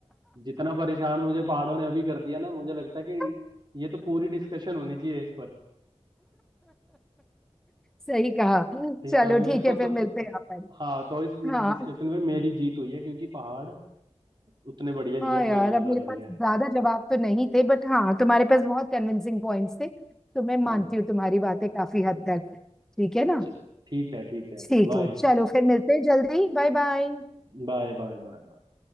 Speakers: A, on the right; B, in the centre.
A: जितना परेशान मुझे पहाड़ों ने अभी कर दिया ना मुझे लगता है कि
B: <laughs>
A: ये तो पूरी डिस्कशन होनी चाहिए इस पर
B: सही कहा
A: ठीक
B: चलो
A: है अब
B: ठीक
A: मेरे
B: है
A: को
B: फिर
A: तो
B: मिलते हैं अपन
A: हाँ तो इस इस
B: हाँ
A: डिस्कशन में मेरी जीत हुई है क्योंकि पहाड़ उतने बढ़िया नहीं
B: हाँ
A: है
B: यार
A: प्लेन ज्यादा
B: अब मेरे
A: बढ़िया
B: पास
A: है
B: ज्यादा जवाब तो नहीं थे बट हाँ तुम्हारे पास बहुत कन्विंसिंग पॉइंट्स थे तो मैं मानती
A: हाँ
B: हूँ तुम्हारी बातें काफी हद तक ठीक है ना
A: चलो ठीक है ठीक है
B: ठीक
A: Bye
B: है चलो फिर मिलते हैं जल्दी बाय बाय
A: bye bye bye